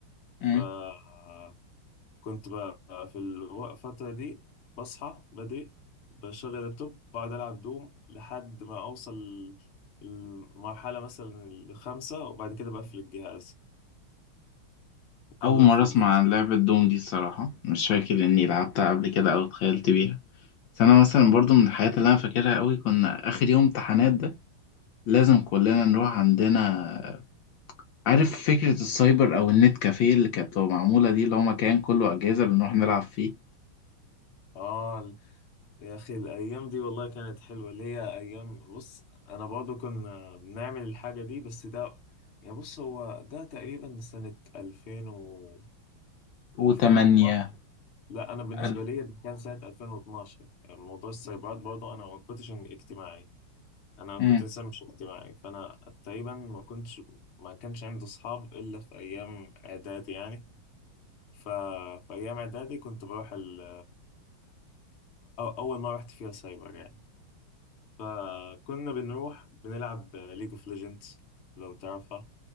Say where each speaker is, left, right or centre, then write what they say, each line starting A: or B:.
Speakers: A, on the left; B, on the left.
A: مم.
B: فكنت بقى في الو- الفترة دي بصحى بدري بشغل اللابتوب بقعد ألعب دوم لحد ما أوصل المرحلة مثلا الخامسة وبعد كده بقفل الجهاز كنت
A: اول
B: بقفل
A: مره اسمع
B: الجهاز
A: عن لعبه دوم دي الصراحه مش فاكر اني لعبتها قبل كده او اتخيلت بيها بس انا مثلا
B: اه
A: برضو من الحاجات اللي انا فاكرها قوي كنا اخر يوم امتحانات ده لازم كلنا نروح عندنا عارف فكره السايبر او النت كافيه اللي كانت بتبقى معموله دي اللي هو مكان كله اجهزه بنروح نلعب فيه
B: آه. يا أخي الأيام دي والله كانت حلوة اللي هي أيام بص أنا برضه كنا بنعمل الحاجة دي بس ده يعني بص هو ده تقريبا سنة 2000 و
A: وتمانية
B: 2012 لا أنا بالنسبة
A: الف
B: لي ده كان سنة 2012 موضوع السايبرات برضه أنا ما كنتش اجتماعي أنا
A: مم.
B: كنت إنسان مش اجتماعي فأنا تقريبا ما كنتش ما كانش عندي أصحاب إلا في أيام إعدادي يعني ف... في أيام إعدادي كنت بروح ال... أول مرة رحت فيها سايبر يعني فكنا بنروح بنلعب ليج اوف ليجندز لو تعرفها